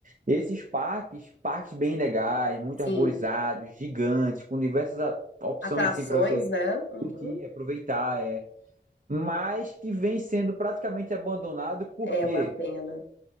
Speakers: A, on the right; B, on the left.
A: esses parques, parques bem legais, muito
B: sim.
A: arborizados, gigantes, com diversas a- opções
B: Atrações,
A: assim para você
B: né? Uhum.
A: curtir, aproveitar. é, mas que vem sendo praticamente abandonado por
B: É
A: quê?
B: uma pena.